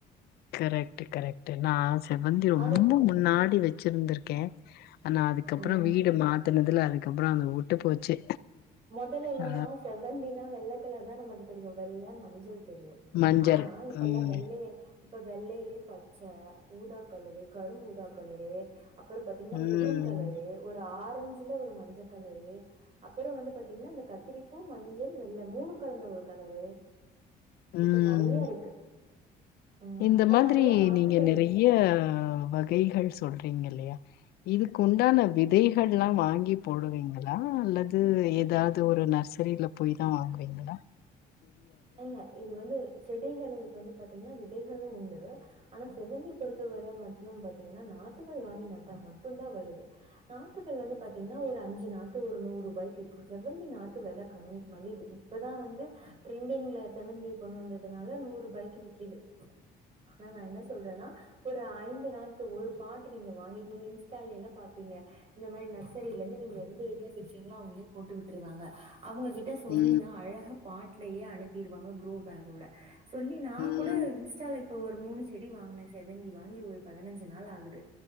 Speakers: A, on the left; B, on the right.
A: கரெக்ட் கரெக்ட் நா செவ்வந்தி ரொம்ப
B: அது
A: முன்னாடி வெச் வெச்சிருந்திருக்கே ஆனா அதுக்கப்புறோ
B: ம்
A: வீடு மாத்துனதுல அதுக்கப்புறோ அந்த உட்டு போச்சு
B: மொதல்லல்லா
A: ஆ
B: செ்வந்தினா வெல் தா நமக்கு தெரியு வெள்ள மஞ்சள் தெரியு
A: மஞ்சள்.
B: ஆனா இப்ப
A: ம்,
B: எல்லா வெள்ளைய இப்ப வெள்ளையிலே பச்சா ஊதா கலரு கரும் ஊதா கலரு அ ப்புற பாத்தீங்ன்னா
A: ம்,
B: மெரூன் கலரு ஒரு ஆர் ரேஞ்சுல ஒரு மஞ்சக் கலரூ அப்புறோ வந்துட் பாத்திங்னா இந்த கத்திரிப்பூ மஞ்சள் வெள்ள மூணும் கலந்த ஒரு கலரூ
A: ம்.
B: இப்ப நறைய இருக்கு ம்
A: இந்த
B: நா
A: மாதிரி
B: அதெல்லா நாட்டுக்கல்
A: நீங்க நிறைய வகைகள் சொல்ற றீங்கில்லையா இதுக்குண்டான விதைகள்லா வாங்கி போடுவீங்களா அல்லது ஏதாவது ஒரு நர்சரில போயி தா வாங்குவீங்ளா
B: அல்ல இது வந்து செடிகள் கு வந்து பாத்தீங்னா விதைகள் உண்டு ஆனா செவ்வந்தி பொறுத்த வர மட்றும் பாத்தீங்னா நாத்துகள் வாங்கி நட்டா மட்டும் தா வருது நாத்துகள் வந்து பாத்தீங்னா ஒரு அஞ்சு நாத் பேரு நூர்ரூபாயிக்கு விக்கு செவ்வந்தி நாத்து வெல கம்மி மல்லி இப் இப்பதா வந்து ட்ரெண்டிங்ல செவ்வந்திய கொண்டு வந்ததுனால நூர் ருபைக்கு விக்கிது ஆனா நா என்ன சொல்றனா ஒரு ஐந் ந்து நாத்து ஒரு பாட்டு நீங்க வாங்கி நீங்க இன்ஸ்டாலேலா பாப்பீங்க இந்த மாரி நர்சரிலந்து நீங்க எந்த ஏரியா பிர்ச்சிங்ளோ அவுங்ளே போட்டு விட்ருவாங்க அவுங்க கிட்ட சொன்னீங்னா
A: ம்,
B: அழக பாட் ட்லியே அனுப்பிருவாங்க க்ரு பேக்கோட சொல்லி நா
A: ம்,
B: கூட இன்ஸ்டாலக் ப்பொ ஒரு மூணு செடி வாங்னே செவ்வந்தி வாங்கி ஒரு பதினஞ்சு நாள் ஆகுது